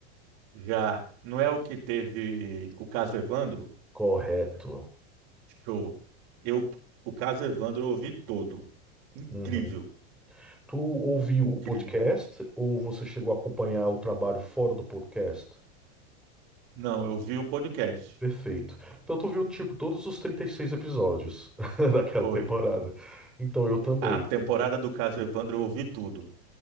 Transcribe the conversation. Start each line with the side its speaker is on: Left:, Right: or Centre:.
Right: Já não é o que teve o caso Evandro?
Centre: Correto.
Right: Show. Eu, o caso Evandro eu ouvi todo. Incrível,
Centre: Uhum. Tu ouviu
Right: incrível.
Centre: o podcast ou você chegou a acompanhar o trabalho fora do podcast?
Right: Não, eu vi o podcast.
Centre: Perfeito. Então tu viu, tipo, todos os 36 episódios <laughs> daquela
Right: Foi.
Centre: temporada. Então eu também.
Right: A temporada do caso Evandro eu ouvi tudo.